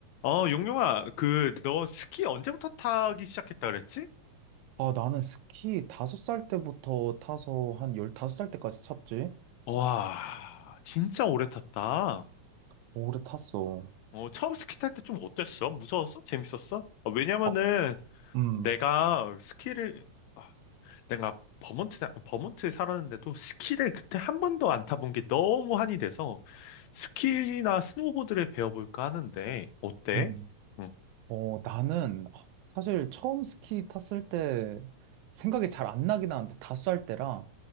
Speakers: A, on the left; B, on the right.
A: 어, 용용아, 그, 너 스키 언제부터 타기 시작했다 그랬지?
B: 아, 나는 스키 다섯 살 때부터 타서 한 열다섯 살 때까지 탔지?
A: 와, 진짜 오래 탔다.
B: 오래 탔어.
A: 어, 처음 스키 탈 때 좀 어땠어? 무서웠어? 재밌었어? 어, 왜냐면은
B: 아, 음,
A: 내가 스키를, 아, 내가 버몬트, 사- 버몬트에 살았는데도 스키를 그때 한 번도 안 타본 게 너무 한이 돼서 스키나 스노보드를 배워볼까 하는데, 어때?
B: 음.
A: 응.
B: 어, 나는 아, 사실 처음 스키 탔을 때 생각이 잘 안 나긴 하는데 다섯 살 때라.